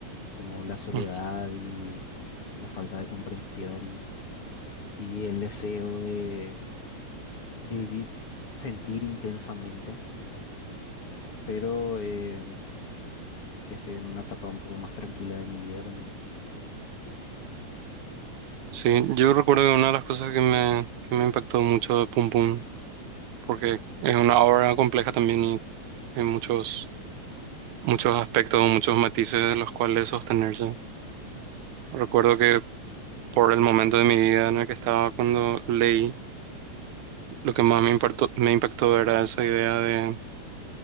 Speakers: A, on the left; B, on the right.
A: como la soledad
B: ujú.
A: y la falta de comprensión y el deseo de debí sentir intensamente, pero eh, ya estoy en una etapa un poco más tranquila de mi vida también.
B: Sí, yo recuerdo que una de las cosas que me, que me impactó mucho de Pum Pum porque es una obra compleja también y hay muchos, muchos aspectos, muchos matices de los cuales sostenerse. Recuerdo que por el momento de mi vida en el que estaba cuando leí, lo que más me impactó, me impactó era esa idea de,